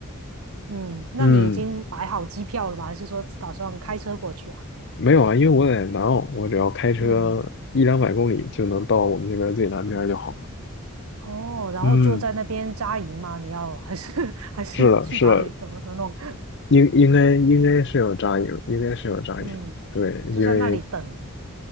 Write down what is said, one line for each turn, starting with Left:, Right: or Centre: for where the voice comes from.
Right: 嗯，那你已经买好机票了吗？
Left: 嗯。
Right: 还是说打算开车过去啊？
Left: 没有啊，因为我在南澳，我只要开车一两百公里就能到我们这边最南边儿就好了。
Right: 嗯，哦，然后就在那边扎营吗？
Left: 嗯，
Right: 你要还是 <laughs> 还是去哪里？
Left: 是的，是的，
Right: 怎么怎么弄？
Left: 应应该应该是有扎营，应该是有扎营。
Right: <laughs> 嗯，
Left: 对，
Right: 就在那里等。
Left: 因为